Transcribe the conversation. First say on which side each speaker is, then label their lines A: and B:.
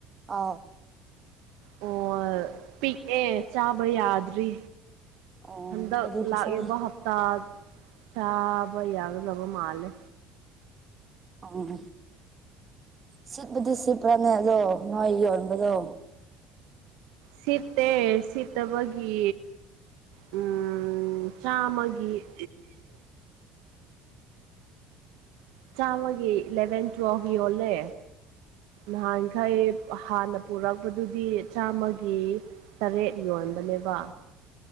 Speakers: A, on the right (about 30°); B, on the right (about 70°).
A: ꯑ
B: ꯑꯣ ꯄꯤꯛꯑꯦ ꯆꯥꯕ ꯌꯥꯗ꯭ꯔꯤ
A: ꯑꯣ
B: ꯍꯟꯗꯛ
A: ꯅꯣꯏꯒꯤ ꯄꯩꯁꯥꯒꯤ
B: ꯂꯥꯛꯏꯕ ꯍꯞꯇꯥ ꯆꯥꯕ ꯌꯥꯒꯗꯕ ꯃꯥꯜꯂꯦ
A: ꯎꯝ ꯁꯤꯠꯄꯨꯗꯤ ꯁꯤꯠꯄꯅꯦ ꯑꯗꯣ ꯅꯣꯏ ꯌꯣꯟꯕꯗꯣ
B: ꯁꯤꯠꯇꯦ ꯁꯤꯠꯇꯕꯒꯤ ꯎꯝ ꯆꯥꯝꯃꯒꯤ ꯆꯥꯝꯃꯒꯤ ꯏꯂꯚꯦꯟ ꯇꯨꯌꯦꯜꯐ ꯌꯣꯜꯂꯦ ꯅꯍꯥꯟꯈꯩ ꯍꯥꯟꯅ ꯄꯨꯔꯛꯄꯗꯨꯗꯤ ꯆꯥꯝꯃꯒꯤ ꯇꯔꯦꯠ ꯌꯣꯟꯕꯅꯦꯕ